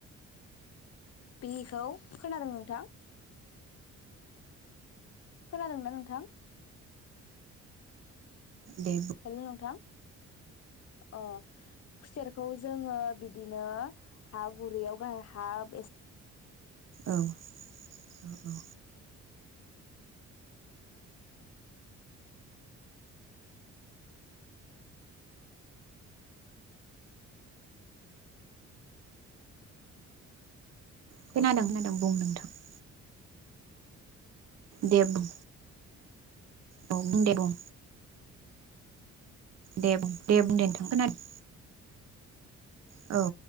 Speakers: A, on the left (about 55°); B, on the right (about 55°).
A: बेखौ खोनादों नोंथां? खोनादोंना नोंथां?
B: दे बुं
A: हेल' नोंथां अ खुसेरखौ जोङो बिदिनो हा गुरै याव गाहाय हा एसे
B: औ औ औ खोनादों खोनादों बुं नोंथां । दे बुं औ बुं दे बुं दे बुं दे बुं दे नोंथां खोनादों । औ